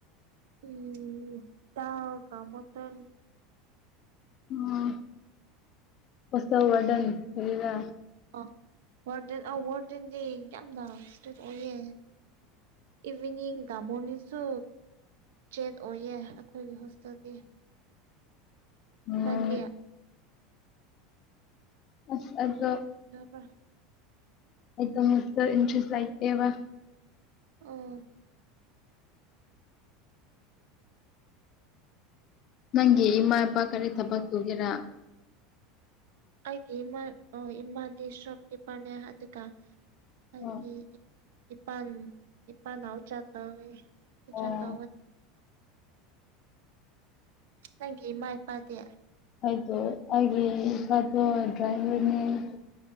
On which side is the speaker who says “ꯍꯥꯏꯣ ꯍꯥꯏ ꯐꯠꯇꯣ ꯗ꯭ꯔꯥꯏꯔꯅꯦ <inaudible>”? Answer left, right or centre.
Left